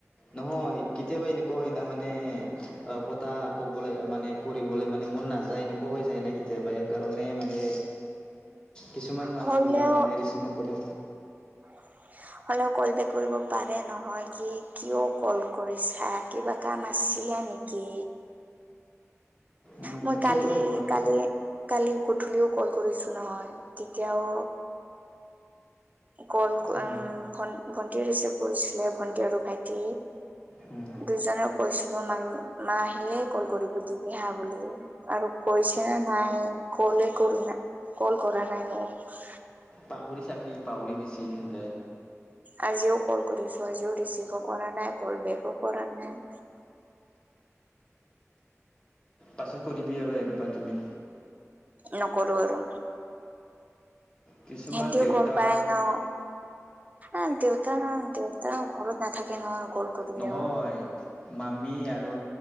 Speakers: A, on the left (about 20°); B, on the right (about 30°).
A: নহয়, কেতিয়াবা এনেকুৱা হ'য় না মানে, অঁ কতা কবলে মানে, কৰিবলে মানে মন নাজায়, এনেকোৱা হৈ যায় না কেতিয়াবা এই কাৰণে মানে কিছুমান মানুহ
B: হ'লেও
A: বিলাক মানে ৰিচিভ নকৰে।
B: <unintelligible> হ'লেও, কল বেক কৰিব পাৰে নহয়। কি, কিয় কল কৰিছা? কিবা কাম আছিলে আনকি
A: উম
B: মই
A: তো
B: কালি,
A: হয় হোৱাটো
B: কালি, কালি গোট্ উঠুনিও কল কৰিছো নহ'য়, তেতিয়াও কল
A: উম
B: আঁম ভণ্টি ৰিচিভ কৰিছিলে, ভণ্টি আৰু ভাইটি
A: উম
B: দুইজনে কৈছিলো মাঁ, মাঁ আহিলেই কল কৰিবি দিবি হাঁ বুলি আৰু কৈছিল আ ন নাই কলে কৰো নাই, কল কৰা নাই মোক
A: পাহৰি চাকি পাহৰি গিচি সতে
B: আজিও কল কৰিছো, আজিও ৰিচিভো কৰা নাই, কল বেকো কৰা নাই,
A: পাছত কৰিবি আৰু একবাৰ তুমি
B: নকৰো আৰু
A: কিছুমান
B: সিহঁতিও
A: দেউতা
B: গম পায় ন! অঁ দেউতাঁ, দেউতাঁ ঘৰত নাথাকে নহয়? কল কৰিলেও
A: নহয় মামি আৰু